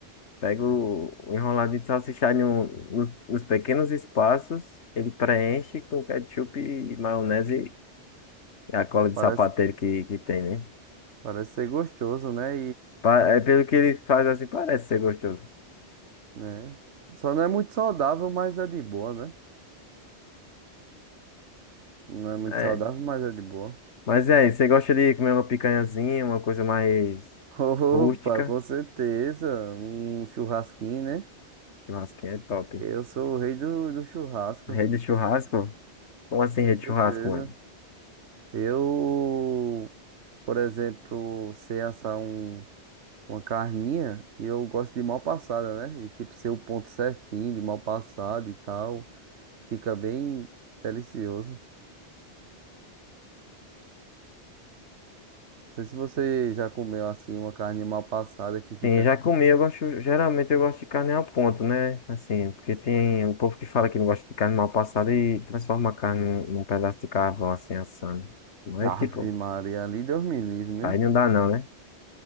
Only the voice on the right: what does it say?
Parece,
parece ser gostoso, né?
né? Só não é muito saudável, mas é de boa, né? Não é muito
saudável, mas é de boa.
<laughs> Opa,
com certeza. Um churrasquinho, né?
Eu sou o rei do, do churrasco,
com certeza.
Eu, por exemplo, sei assar um, uma carninha e eu gosto de mal passada, né? E tipo, ser o ponto certinho de mal passada e tal. Fica bem delicioso. Não sei se você já comeu assim uma carne mal passada que fica.
Ave
Maria, ali Deus me livre, né?